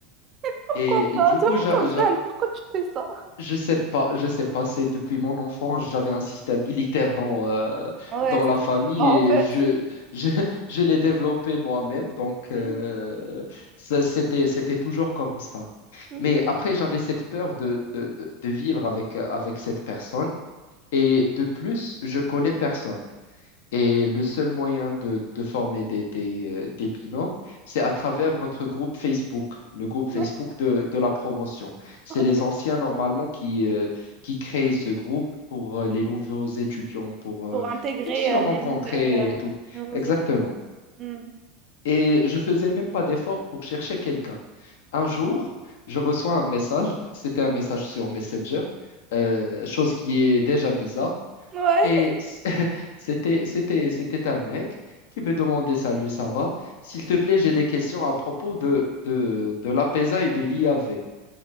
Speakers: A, on the right; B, on the left.
A: Pourquoi
B: Et,
A: t'as-
B: et du
A: tu
B: coup,
A: es
B: j'avais
A: encore jeune, pourquoi tu fais ça?
B: je sais pas, je sais pas, c'est depuis mon enfance, j'avais un système militaire dans, euh,
A: Ouais,
B: dans la
A: c'est ça
B: famille
A: je vois
B: et
A: en fait.
B: je, je, <laughs> je l'ai développé moi-même, donc euh,
A: Mm.
B: ça, c'était, c'était toujours comme ça.
A: Mhm.
B: Mais après, j'avais cette peur de, de, de, de vivre avec, euh, avec cette personne et de plus, je connais personne. Et le seul moyen de, de former des, des, euh, des binômes, c'est à travers notre groupe Facebook, le groupe Facebook
A: Ouais,
B: de, de la promotion. C'est
A: ok.
B: les anciens normalement qui, euh, qui créent ce groupe pour euh, les nouveaux étudiants, pour, euh,
A: Pour intégrer
B: pour se rencontrer
A: euh, les nouvelles, euh,
B: et tout.
A: les nouveaux
B: Exactement.
A: étudiants. Mm.
B: Et je faisais même pas d'effort pour chercher quelqu'un. Un jour, je reçois un message, <laughs> c'était un message sur Messenger, euh, chose qui est déjà bizarre.
A: Ouais.
B: Et c'était, c'était, c'était un mec qui me demandait, Salut, ça va? S'il te plaît, j'ai des questions à propos de, de, de l'APESA et de l'IAV.